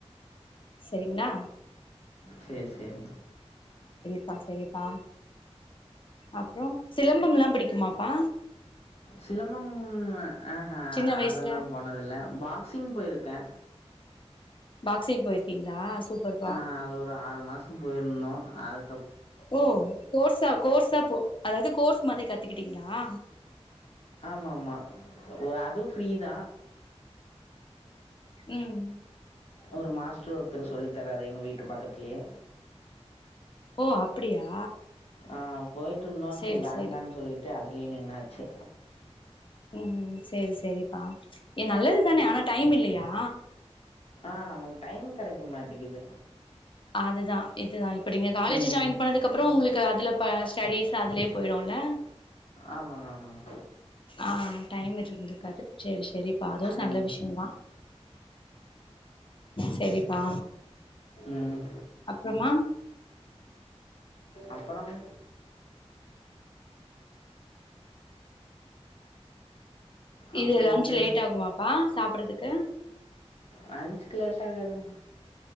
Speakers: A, on the left (about 50°); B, on the left (about 65°).
A: செரிங்களா
B: செரி செரி
A: பா செரிப்பா அப்புறோ சிலம்பம்லா பிடிக்குமாப்பா
B: சிலம்பம் ஆஹா
A: சின்ன வயசுல
B: அதெல்லா போனதில்ல பாக்சிங் போயிருக்கே
A: பாக்சிங் போயிருக்கீங்களா சூப்பர்
B: ஆ அது ஒரு ஆறு மாசோ போயிருந்தோ அது
A: ஓ கோர்ஸா கோர்சா போ அதாவது கோர்ஸ் மாதிரி கத்துக்கிட்டீங்களா
B: ஆமா ஆமா அதுவு ஃப்ரீ தா
A: ம்
B: ஒரு மாஸ்டர் ஒருத்தர் சொல்லி தராரு எங்க வீட்டு பக்கத்லியே
A: ஓ அப்டியா
B: ஆம் போய்ட்டுருந்தோ
A: சேரி
B: செரி வேண்டான்னு
A: சேரி
B: சொல்லிட்டு அ த்லியு நின்னாச்சு
A: ம் செரி செரிப்பா ஏ நல்லது தானே ஆனா டைம் இல்லையா
B: ஆ நமக்கு டைம் கெடைக்க மாட்டேக்குது
A: அதுதா இதுதா இப் ப்ப நீங்க காலேஜு
B: ம்
A: ஜாயின் பண்ணதுகப்றோ உங்களுக்கு அதுலப் ப ஸ்டடிஸ் அதுலயே போய்டுல்ல
B: ஆமாங் ஆமாங்
A: ஆ டைம் இருந்திருக்காது சேரி சேரி அப்ப அதுவுஸ் நல்ல
B: ம்
A: விஷ்யோதா செரிப்பா
B: ம்
A: அப்றமா
B: அப்றம் அப்புறம்
A: இது லன்ச்
B: ஒன்றும் இல்லை
A: லேட் ஆகுமாப்பா சாப்டுறதுக் க
B: லன்ச்க்கு லேட் ஆகாதுங்க